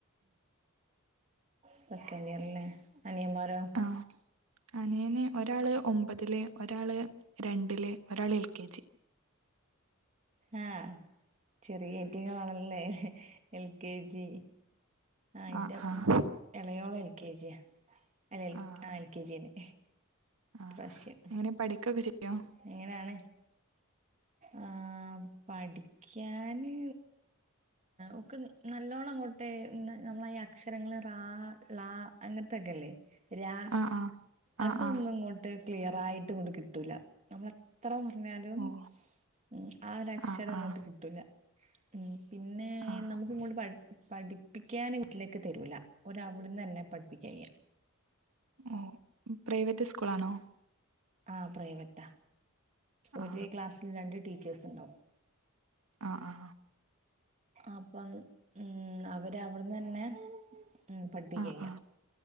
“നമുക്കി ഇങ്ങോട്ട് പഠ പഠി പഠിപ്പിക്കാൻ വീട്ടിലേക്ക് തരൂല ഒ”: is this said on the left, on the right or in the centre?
Right